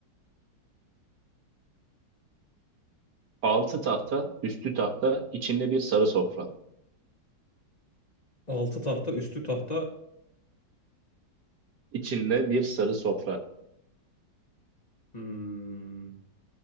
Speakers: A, on the right; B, on the left.
A: Altı tahta, üstü tahta, içinde bir sarı sofra.
B: Altı tahta, üstü tahta.
A: İçinde bir sarı sofra.
B: Hmm.